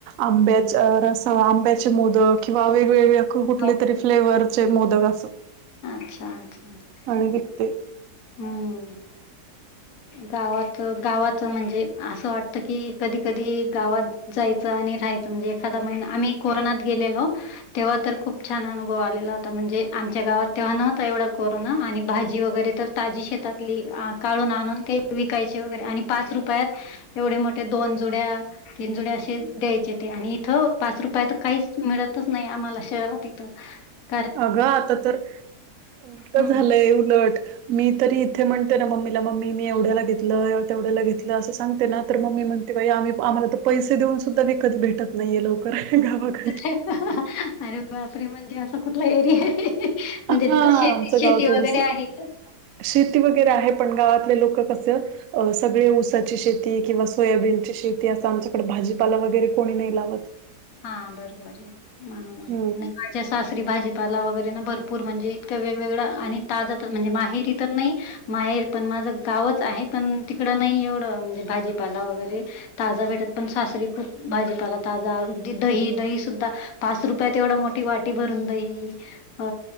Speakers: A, on the right (about 70°); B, on the left (about 60°).
A: आंब्याचा रस आंब्याचे मोदक किंवा वेगवेगळे कुठले
B: हो.
A: तरी फ्लेवरचे मोदक अस
B: अच्छा-अच्छा-अच्छा
A: आणि विकते.
B: हम्म गावात-गावात म्हणजे असं वाटतं की कधी-कधी गावात जायचं आणि राहायचं म्हणजे एखादा महिना आम्ही कोरोनात गेलेलो. तेव्हा तर खूप छान अनुभव आलेला होता म्हणजे आमच्या गावात तेव्हा नव्हता एवढा कोरोना आणि भाजी वगैरे तर ताजी शेतातली आ काढून आणून ते विकायचे वगैरे आणि पाच रुपयात एवढे मोठे दोन जुड्या तीन जुड्या असे द्यायचे ते आणि इथं पाच रुपयात काहीच मिळतच नाही आम्हाला शहरात इथं. ह
A: अगं आता तर उलट
B: हम्म
A: झालंय उलट मी तरी इथे म्हणते ना मम्मीला मम्मी मी एवढ्याला घेतलं तेवढ्याला घेतलं असं सांगते ना तर मम्मी म्हणते बाई आम्ही आम्हाला तर पैसे देऊन सुद्धा विकत भेटत नाही ये लवकर गावाकड.
B: अरे बापरे म्हणजे असा कुठला एरिया ये. म्हणजे
A: हां,
B: तिथं शेती
A: आमचं
B: शेती
A: गाव
B: वगैरे
A: थोडंसं
B: आहे का?
A: शेती वगैरे आहे पण गावातले लोक कस अ सगळे ऊसाची शेती. ते किंवा सोयाबीनची शेती असं आमच्याकडे भाजीपाला वगैरे कोणी नाही लावत.
B: हा बर बर आहे म्हण
A: हं.
B: <unintelligible> च्या सासरी भाजीपाला वगैरे ना भरपूर म्हणजे इतक वेगवेगळ आणि ताजा म्हणजे माहेरी तर नाही. माहेर पण माझं गावच आहे पण तिकडं नाही एवढं म्हणजे भाजीपाला वगैरे. ताजा भेटत पण सासरी खूप भाजीपाला ताजा- दही दही सुद्धा पाच रुपयात एवढं मोठी वाटी भरून दही अ